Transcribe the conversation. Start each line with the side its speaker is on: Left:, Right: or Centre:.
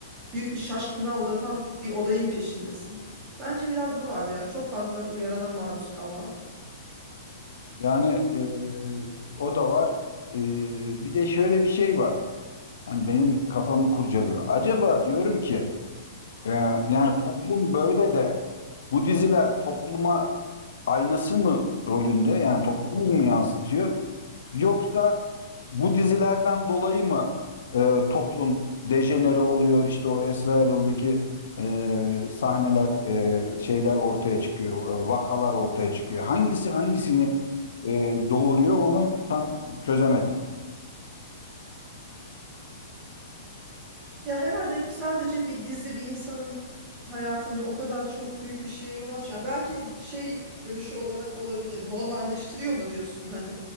Right: büyük bir şaşkınlığa uğratan bir olayın peşindesin. Bence biraz bu var ya, çok fazla uyarana maruz kalmak.
Left: Yani e, o da var. E, bir de şöyle bir şey var. Hani benim kafamı kurcalıyor. Acaba diyorum ki Ee, yani toplum böyle de bu diziler topluma aynası mı rolünde yani toplumu mu yansıtıyor yoksa bu dizilerden dolayı mı e, toplum dejenere oluyor işte o Esra Erol'daki e, sahneler e, şeyler ortaya çıkıyor e, vakalar ortaya çıkıyor hangisi hangisini e, doğuruyor onu tam çözemedim
Right: Ya herhalde sadece bir dizi bir insanın hayatında o kadar çok büyük bir şeye yol açmıyor. Belki şey görüşü olarak olabilir. Normalleştiriyor mu diyorsun hani?